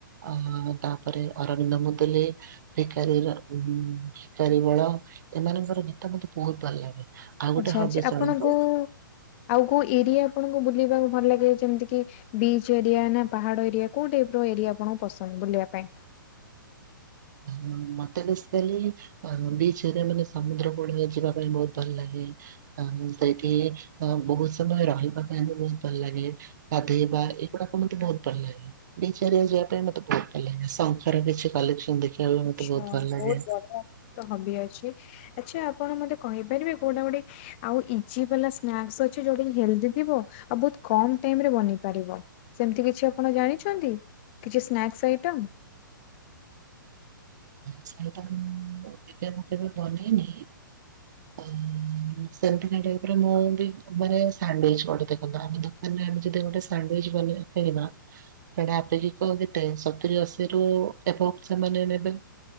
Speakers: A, on the right (about 60°); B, on the left (about 35°).
A: ଅହ ହଁ ତାପରେ ଅରବିନ୍ଦ ମୁଦୁଲି ଭିକାରୀର ଉ ଭିକାରୀ ବଳ ଏମାନଙ୍କର ଗୀତ ମତେ ବୋହୁତ୍ ଭଲ ଲାଗେ। ଆଉ ଗୋଟେ
B: ଆଚ୍ଛା
A: ହବି
B: ଆଚ୍ଛା ଆପଣଙ୍କୁ
A: ଶୁଣନ୍ତୁ
B: ଆଉ କୋଉ ଏରିଆ ଆପଣଙ୍କୁ ବୁଲିବାକୁ ଭଲ ଲାଗେ ଯେମିତି କିି? ବିଚ୍ ଏରିଆ ନା ପାହାଡ଼ ଏରିଆ କୋଉ ଟାଇପ୍ ର ଏରିଆ ଆପଣଙ୍କୁ ପସନ୍ଦ ବୁଲିବା ପାଇଁ?
A: ହୁଁ ହୁଁ ଉଁ ମୋତେ ବେଶିକାଲି ଅ ବିଚ୍ ଏରିଆ ମାନେ ସମୁଦ୍ର କୂଳକୁ ଯିବା ପାଇଁ ବୋହୁତ୍ ଭଲ ଲାଗେ। ହଁ ହଁ ସେଇଠି ବୋହୁତ୍ ସମୟ ରହିବା ପାଇଁ ବି ବୋହୁତ୍ ଭଲ ଲାଗେ। ଗାଧେଇବା ଏଗୁଡ଼ାକ ମତେ ବୋହୁତ୍ ଭଲ୍ ଲାଗେ ବିଚ୍ ଏରିଆ ଯିବା ପାଇଁ ମତେ ବୋହୁତ୍ ଭଲ ଲାଗେ ଶଙ୍ଖର କିଛି କଲେକ୍ସନ୍ ଦେଖିବାକୁ ବି
B: ଆଚ୍ଛା
A: ମତେ ବୋହୁତ୍ ଭଲ୍ ଲାଗେ।
B: ବହୁତ ବଢିଆ। ହବି ଅଛି ଆଚ୍ଛା ଆପଣ ମତେ କହିପାରିବେ କୋଉଟା ଗୋଟେ ଆଉ ଇଜି ବାଲା ସ୍ନାସ୍ ଅଛି ଯୋଉଟା କି ହେଲ୍ଦୀ ଥିବା ଆଉ ବୋହୁତ୍ କମ୍ ଟାଇମ୍ ରେ ବନେଇ ପାରିବ? ସେମିତି କିଛି ଆପଣ ଜାଣିଛନ୍ତି କିଛି ସ୍ନାକ୍ସ ଆଇଟମ୍?
A: ସେଇଟା ମୁଁ ମୁଁ କେବେ ମୁଁ ବନେଇନି।
B: <inaudible>
A: ଉଁ -ଉଁ -ଉଁ ସେମିତି କା ଟାଇପ୍ ର ମୁଁ ବି ମାନେ ସାଣ୍ଡୁଏଚ୍ ଗୋଟେ ଦେଖନ୍ତୁ ମାନେ ଆମେ ଯଦି ଗୋଟେ ଶଣ୍ଡୁଏଚ୍ ବନେଇ ପାରିବା। ସେଟା ଆପିରି କୁ କେତେ ସତୁରି ଅସି ରୁ ଏଭବ ସେମାନେ ନେବେ